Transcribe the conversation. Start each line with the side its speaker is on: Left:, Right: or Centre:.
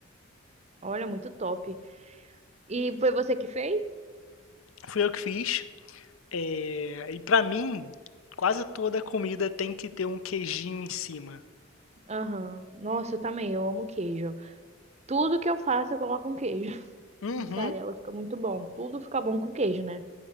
Right: Olha, muito top. E foi você que fez?
Left: Fui eu que fiz. é, E pra mim, quase toda comida tem que ter um queijinho em cima.
Right: Aham. Nossa, eu também, eu amo queijo. Tudo que eu faço, eu coloco um queijo. <laughs>
Left: Uhum.
Right: Mussarela fica muito bom. Tudo fica bom com queijo, né?